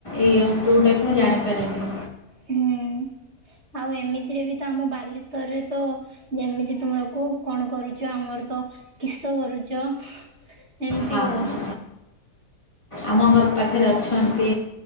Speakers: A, on the left (about 20°); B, on the right (about 50°).
A: ଏଇ ଅନ୍ତୋଟାକୁ ମୁଁ ଜାଣିପାରେନି।
B: ହୁଁ ଆଉ ଏମିତିରେ ବି ତ ଆମ ବାଲେଶ୍ୱରରେ ତ ଯେମିତି ତୁମରକୁ କଣ କରୁଛ ଆମର ତ କିସ କରୁଛ। ଏମିତି
A: ହଁ ହଁ
B: କହୁ।
A: ଆମ ଘର ପାଖରେ ଅଛନ୍ତି